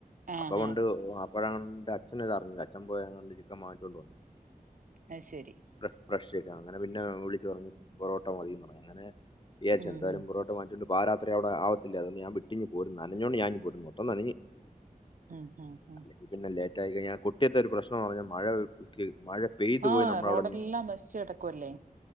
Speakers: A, on the left (about 35°); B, on the right (about 60°).
A: അപ്പം
B: ആഹ്
A: ഒണ്ട്
B: ആഹ്
A: അപ് അപ്പഴൊണ്ട് അച്ഛൻ ഇത് അറിഞ്ഞില്ല അച്ഛൻ പോയി എങ്ങാണ്ട് ചിക്കൻ വാങ്ങിച്ചോണ്ട് വന്നു
B: അയ് ശെരി
A: ഫ്രഷ് ഫ്രഷ് ചിക്കനാ അങ്ങനെ പിന്നെ വിളിച്ച് പറഞ്ഞു പൊറോട്ട മതീന്ന് പറഞ്ഞു പിന്നെ അങ്ങനെ വിചാരിച്ചു
B: ഉം
A: എന്തായാലും
B: ഉം
A: പൊറോട്ട വാങ്ങിച്ചോണ്ട് പാതിരാത്രി അവിടെ ആവത്തില്ലാ അതുകൊണ്ടു ഞാൻ വീട്ടിഞ്ഞു പോരും നനഞ്ഞോണ്ട് ഞാൻ ഇങ്ങ് പോരും മൊത്തം നനഞ്ഞ്.
B: ആഹ് ആഹ് ആഹ്
A: അല്ലെങ്കിൽ പിന്നെ ലേറ്റായി കഴിഞ്ഞാ കൊട്ടിയത്ത് ഒരു പ്രശ്നാന്ന് പറഞ്ഞ് മഴക്ക് മഴ പെയ്തു
B: ആഹ്
A: പോയി നമ്മളവിടെ
B: റോഡെല്ലാം നശിച്ചു കെടക്കുവല്ലേ